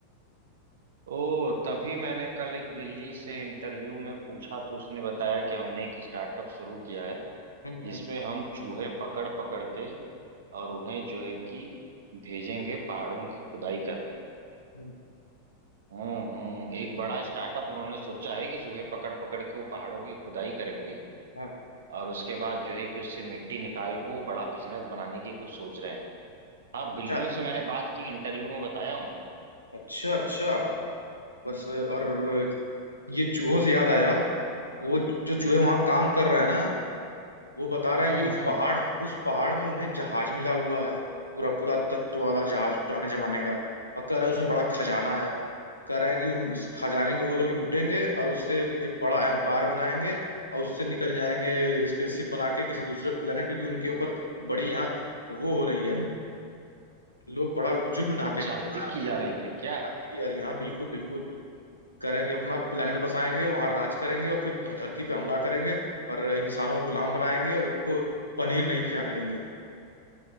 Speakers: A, on the right; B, on the left.
A: ओ तभी मैंने कल एक दिल्ली से इंटरव्यू में पूछा तो उसने बताया कि हमने एक स्टार्टअप शुरू किया है
B: हम्म
A: जिसमें
B: हम्म,
A: हम चूहे पकड़ पकड़ के और उन्हें जो है कि भेजेंगे
B: हम्म,
A: पहाड़ों की खुदाई करने
B: हम्म,
A: हम्म हम्म एक बड़ा स्टार्टअप उन्होंने सोचा है कि चूहे पकड़ पकड़ के वो पहाड़ों की खुदाई करेंगे
B: हाँ हाँ,
A: और उसके बाद जो है कि उससे मिट्टी निकाल के वो बड़ा बिजनेस बनाने की कुछ सोच रहे हैं हाँ
B: अच्छा
A: बिल्लियों से मैंने बात की इंटरव्यू में बताया उन्होंने
B: अच्छा अच्छा बस और ये चूहों से याद आया वो जो चूहे वहां काम कर रहे हैं ना वो बता रहे
A: हम्म
B: हैं कि उस
A: हम्म
B: पहाड़ उस पहाड़ में उन्हें जहाज मिला हुआ है पूरा पूरा तत्व वाला जहाज पुराने जमाने का और कह रहा है उसमें बड़ा खजाना है कह रहा है कि उन, उस खजाने को वो लोग लूटेंगे और उससे एक बड़ा एम्पायर बनाएंगे और उससे निकल जाएंगे स्पेसशिप बना के किसी दूसरे प्लेनेट क्योंकि उनके ऊपर बड़ी यहाँ वो हो रही है लोग बड़ा जुल्म ढाते
A: भर्ती
B: होंगे
A: की जा रही है क्या
B: लगती भी जा रही है हाँ बिल्कुल बिल्कुल करेंगे अपना planet बसाएंगे वहां राज करेंगे और फिर धरती पे हमला करेंगे और इंसानों को गुलाम बनाएंगे और इनको पनीर नहीं खिलाने देंगे